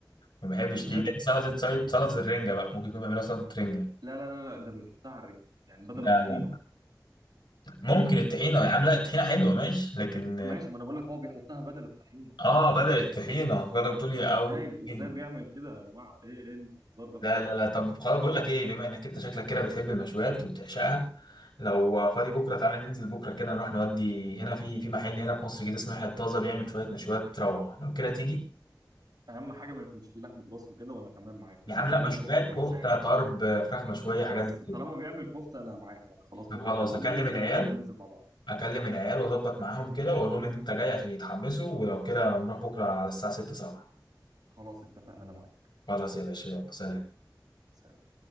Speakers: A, on the left; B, on the right.
A: ما بحبش
B: بجد
A: دي دي سلطه سلطه سلطة الرنجه بقى ممكن يكون بيعملوها سلطه رنجه
B: لا لا لا لا ده بيحطها على الرنجه يعني بدل
A: لا
B: الطحينه
A: لا ممكن الطحينه يا عم لا الطحينه حلوه ماشي لكن
B: ماشي ما انا بقول لك هو بيحطها بدل الطحينه
A: اه بدل الطحينه جرب تقول لي
B: ازاي
A: او الطحينة.
B: ازاي بيعمل كده يا جماعه ايه ايه الهزار ده بجد
A: لا لا لا طب خلاص بقول لك ايه بما انك انت شكلك كده بتحب المشويات وبتعشقها لو فاضي بكره تعالى ننزل بكره كده نروح نودي هنا في في محل هنا في مصر كده اسمه يحيى الطازه بيعمل شويه مشويات روعه لو كده تيجي
B: اهم حاجه ما يكونش فيه لحمه راس وكده وانا تمام معاك بس
A: يا عم
B: يكون
A: لا
B: بيعمل
A: مشويات
B: كفته كويسه
A: كفته
B: يعني
A: طرب فراخ مشويه حاجات
B: بس
A: دي
B: طالما
A: كده
B: بيعمل كفته انا معاك يعني خلاص بكره
A: طب خلاص
B: كلمني
A: هكلم
B: ولو
A: العيال
B: كده ننزل مع بعض
A: اكلم العيال واظبط معاهم كده واقول لهم ان انت جاي عشان يتحمسوا ولو كده نروح بكره على الساعه 6 7
B: خلاص اتفقنا انا معاك
A: خلاص يا باشا يلا سلام
B: سلام